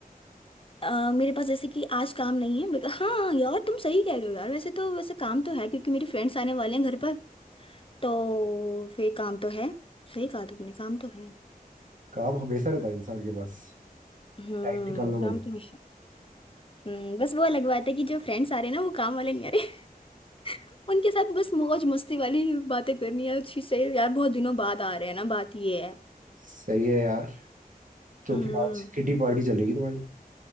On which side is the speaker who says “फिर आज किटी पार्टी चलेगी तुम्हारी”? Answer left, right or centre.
Right